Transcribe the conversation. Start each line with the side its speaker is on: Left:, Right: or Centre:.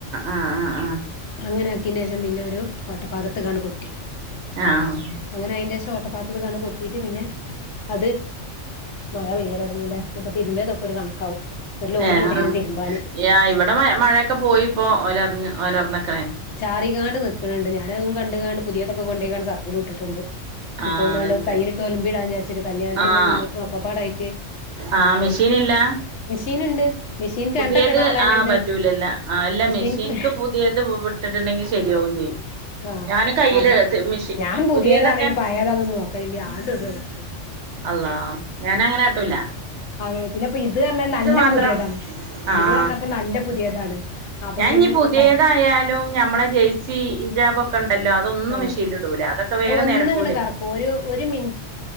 Right: ആഹ് ആഹ് ആഹ്
Left: അങ്ങനെ ആക്കിയന് ശേഷം പിന്നെ ഒരു വട്ടപ്പാത്രതങ്ങട് കൊട്ടി
Right: ആഹ്
Left: അങ്ങനെ അയിന്റെ ശേശം ഓട്ടപ്പാത്തത് കാണ് കൊട്ടീട്ട് പിന്നെ അത് മഴ പെയ്യൽ തുടങ്ങില്ലേ അപ്പൊ തിരുമ്മിയതൊക്കെ ഒരു കണക്കാവും ഒരു ലോഡ്
Right: ഏഹ്
Left: ഉണ്ടായിരുന്നു തിരുമ്പാന്
Right: ആഹ് ഇവിടെ മഴയൊക്കെ പോയിപ്പോ ഓലറിഞ്ഞ് ഓലറിഞ്ഞൊക്കെ
Left: ചാറി കാണ്ട് നിക്കണണ്ട് ഞാനതും കണ്ട് കാണ്ട് പുതിയതൊക്കെ കൊണ്ടെ പോയിക്കാണ്ട് സർഫിലിട്ടിട്ടുണ്ട്
Right: ആഹ്
Left: ഇപ്പൊന്നാണ്ട്
Right: അത് ശരി
Left: കയ്യിലിട്ട് ഉലുമ്പിടാൻ വിചാരിച്ചട്ട് കല്യാണത്തിന്റേം
Right: ആഹ്
Left: ഇന്നത്തും ഒക്കപ്പാടായിട്ട്
Right: ആഹ് മെഷീൻ ഇല്ല?
Left: മെഷീൻ ഉണ്ട് മെഷീൻ
Right: പുതിയത്
Left: കണ്ടിട്ടിടാനുള്ളതിനുണ്ട്
Right: ആഹ് പറ്റൂലല്ല ആഹ് അല്ലാ
Left: മിഷീൻക്ക്
Right: മെഷീൻക്ക് പുതിയത് വിട്ടിട്ടുണ്ടെങ്കിൽ ശരിയാവും ചെയ്യും
Left: ആഹ്
Right: ഞാനും കയ്യില്
Left: അപ്പൊ
Right: മെഷീ
Left: ഞാൻ പുതിയതാണേലും
Right: പുതിയതൊക്കെ
Left: പയേതാന്നൊന്നും നോക്കാലില്ല ആണ്ട് ഇടും അലക്കാൻ
Right: അള്ളാ ഞാൻ അങ്ങന കാട്ടുല്ല
Left: അതെ പിന്നെപ്പ ഇത് പറഞ്ഞാ നല്ല
Right: മാത്രം
Left: പുതിയതാണ്
Right: ആഹ്
Left: ഇത് പറഞ്ഞാ നല്ല പുതിയതാണ് അപ്പൊ
Right: ഞാൻ
Left: പിന്നെ
Right: ഈ പുതിയതായാലും
Left: ഇപ്പ
Right: ഞമ്മളെ ജെയ്സി ഹിജാബ് ഒക്കെ ഉണ്ടല്ലോ അതൊന്നും
Left: ആഹ്
Right: മെഷിനിൽ ഇടുല്ല അതൊക്കെ വേഗം
Left: ഞാൻ ഒന്ന്ങ്ങട്ട്
Right: നിരക്കൂലേ
Left: കറക്കും ഒരു ഒരു മിന